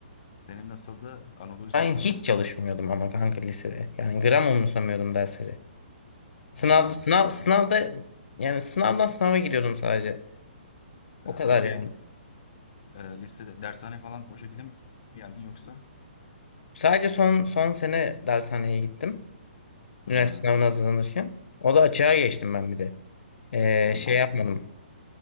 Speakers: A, on the left; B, on the left.
A: senin nasıldı? Anadolu Lisesi'nde
B: Ben hiç
A: miydin?
B: çalışmıyordum ama kanka lisede. Yani gram umursamıyordum dersleri. Sınavda
A: Ha,
B: sınav sınavda yani sınavdan sınava giriyordum sadece.
A: ha,
B: O kadar
A: peki
B: yani.
A: e, lisede dershane falan o şekilde mi geldin yoksa?
B: Sadece son son sene dershaneye gittim.
A: Hmm,
B: Üniversite sınavına hazırlanırken. O da açığa geçtim ben bir de. Ee,
A: ha,
B: şey
A: mantıklı.
B: yapmadım.